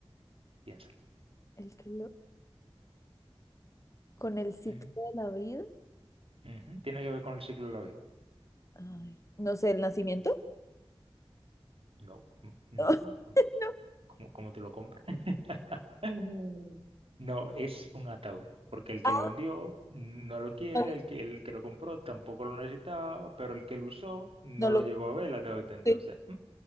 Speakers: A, on the right (about 70°); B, on the left (about 30°).
A: piénsalo.
B: el que lo... Con el ciclo
A: Ujú,
B: de la vida.
A: ujú. ¿Tiene que ver con el ciclo de la vida?
B: Ay, no sé, el nacimiento.
A: No, n- no,
B: <laughs> No, no.
A: ¿cómo, cómo te lo compras? <laughs> No, es un ataúd, porque el
B: Ah,
A: que lo vendió no lo quiere,
B: no, lo
A: el que, el que lo compró tampoco lo necesitaba, pero el que lo usó no
B: no lo
A: lo llegó a ver el ataúd, entonces,
B: sé.
A: mm,